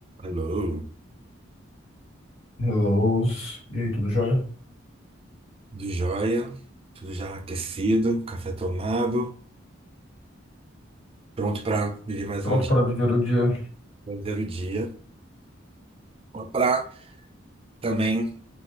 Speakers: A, on the right; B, on the left.
A: Alô,
B: Hello. E aí, tudo jóia?
A: tudo jóia? Tudo já aquecido, café tomado, pronto para viver mais
B: Pronto
A: um dia,
B: para viver o dia.
A: fazer o dia, para também